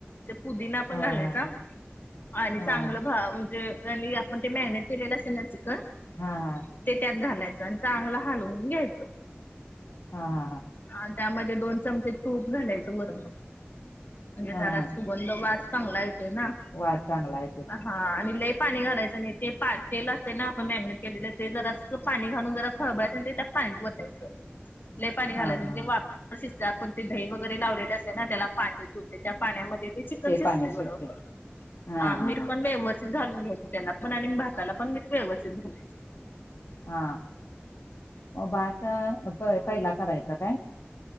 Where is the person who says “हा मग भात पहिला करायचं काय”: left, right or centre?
Left